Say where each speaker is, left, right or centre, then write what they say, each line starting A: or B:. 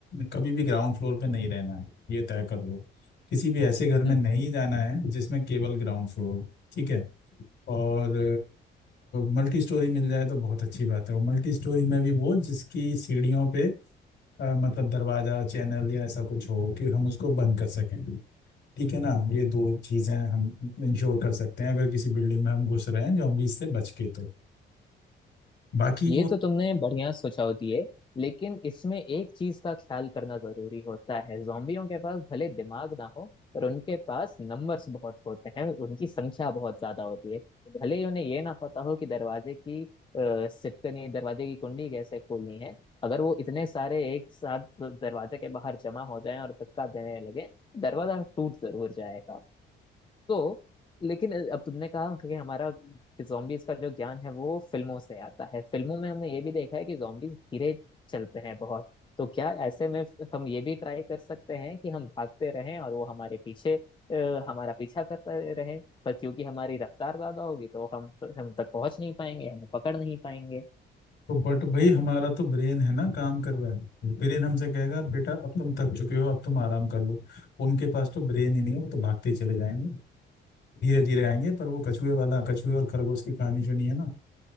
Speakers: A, on the left; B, on the left.
A: कभी भी ग्राउंड फ्लोर पे नहीं रहना है ये तय कर लो किसी भी ऐसे घर में
B: हम्म
A: नहीं जाना है जिसमें केवल ग्राउंड फ्लोर हो ठीक है और मल्टी स्टोरी मिल जाए तो बहुत अच्छी बात है और मल्टी स्टोरी में भी वो जिसकी सीढ़ियों पे अ, मतलब दरवाजा चैनल या ऐसा कुछ हो कि हम उसको बंद कर सकें ठीक है ना ये दो चीजें हम इंश्योर कर सकते हैं अगर किसी बिल्डिंग में हम घुस रहे हैं जॉम्बीज से बच के तो बाकी
B: ये
A: वो
B: तो तुमने बढ़िया सोचा होती है लेकिन इसमें एक चीज का ख्याल करना जरूरी होता है जोम्बियों के पास भले दिमाग ना हो पर उनके पास नंबर्स बहुत होते हैं उनकी संख्या बहुत ज्यादा होती है भले ही उन्हें ये ना पता हो कि दरवाजे की अ, सिटकनी दरवाजे की कुंडी कैसे खोलनी है अगर वो इतने सारे एक साथ दरवाजे के बाहर जमा हो जाएं और धक्का देने लगे दरवाजा टूट जरूर जाएगा तो लेकिन अब तुमने कहा कि हमारा जॉम्बीज का जो ज्ञान है वो फिल्मों से आता है फिल्मों में हमने ये भी देखा है कि जॉम्बीज धीरे चलते हैं बहुत तो क्या ऐसे में हम ये भी ट्राई कर सकते हैं कि हम भागते रहें और वो हमारे पीछे अ, हमारा पीछा करते रहें पर क्योंकि हमारी रफ्तार ज्यादा होगी तो हम तो, हम तक पहुंच नहीं पाएंगे हमें पकड़ नहीं पाएंगे
A: तो बट भाई हमारा तो ब्रेन है ना काम कर रहा है ब्रेन हमसे कहेगा बेटा अब तुम थक चुके हो अब तुम आराम कर लो उनके पास तो ब्रेन ही नहीं है वो तो भागते ही चले जाएंगे धीरे धीरे आएंगे पर वो कछुए वाला कछुए और खरगोश की कहानी सुनी है ना